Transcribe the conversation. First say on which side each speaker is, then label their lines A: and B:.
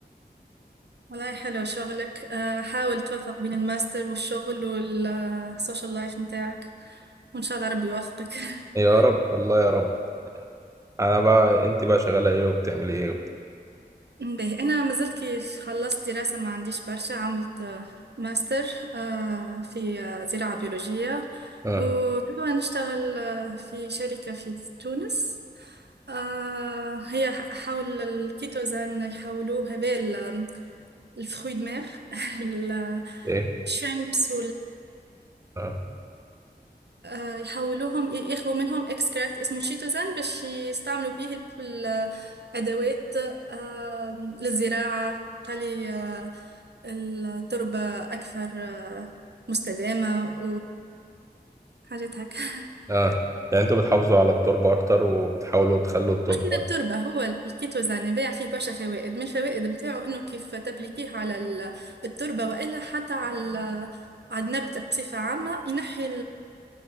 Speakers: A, on the right (about 75°); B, on the right (about 20°).
A: والله حلو شغلك آه حاول توفق بين الماستر والشغل والسوشيال لايف متاعك وإن شاء الله ربي يوفقك <laughs>
B: يا رب والله يا رب انا بقى انت بقى شغاله ايه وبتعملي ايه و...
A: به أنا ما زلت كيف خلصت دراسة ما عنديش برشا عملت آه، ماستر آه، في آه، زراعة بيولوجية
B: اه
A: وتوا نشتغل آه، في شركة في تونس آه، هي ح- حول الكيتوزان يحولوه هذا ال- الفخوي دماغ <laughs>
B: ايه
A: الشامبس
B: اه
A: آه، يحولوهم ي- يخلوا منهم اكستراكت اسمه تشيتوزان باش يستعملوا بيه ال- ال- الادوات آه، للزراعة خلي آه، التربة أكثر آه، مستدامة وحاجات هكا <laughs>
B: اه يعني انتوا بتحافظوا على التربه اكتر وبتحاولوا تخلوا التربه
A: مشكلة
B: اكتر
A: التربة هو الكيتوزان يبيع فيه برشا فوائد من الفوائد متاعه إنه كيف تبليكيه على ال- التربة وإلا حتى على على النبتة بصفة عامة ينحي